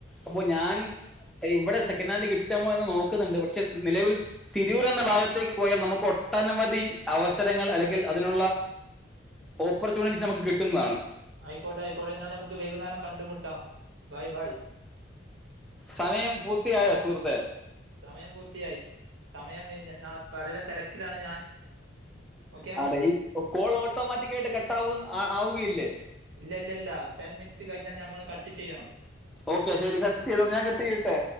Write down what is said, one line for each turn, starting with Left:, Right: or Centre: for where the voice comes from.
Centre: അപ്പൊ ഞാൻ ഇവിടെ സെക്കനാന്റ് കിട്ട്മോ എന്ന് നോക്ക്ന്ന്ണ്ട് പക്ഷെ നിലവിൽ തിരൂരെന്ന ഭാഗത്തേക്ക് പോയാൽ നമുക്ക് ഒട്ടനവധി അവസരങ്ങൾ അല്ലെങ്കിൽ അതിനുള്ള ഓപ്പർച്യുണി നമുക്ക് കിട്ടുന്നതാണ്
Right: ആയിക്കോട്ടെ ആയിക്കോട്ടെ എന്നാൽ നമുക്ക് വൈകുന്നേരം കണ്ടുമുട്ടാം ബായ് ബായ്
Centre: സമയം പൂർത്തിയായൊ സുഹൃത്തേ
Right: സമയം പൂർത്തിയായി സമയം കഴിഞ്ഞ ഞാൻ വളരെ തെര ക്കിലാണ് ഞാൻ ഓക്കെ
Centre: അതെ ഈ കോൾ ഓട്ടോമാറ്റിക്കായിട്ട് കാട്ടാവു ആവുകയില്ലേ
Right: ഇല്ല ഇല്ല ഇല്ല ടെൻ മിനിറ്റ് കഴിഞ്ഞാൽ ഞമ്മള് കട്ട് ചെയ്യണം
Centre: ഓക്കെ ശരി കട്ട് ചെയ്തോ ഞാൻ കട്ട് ചെയ്യട്ടെ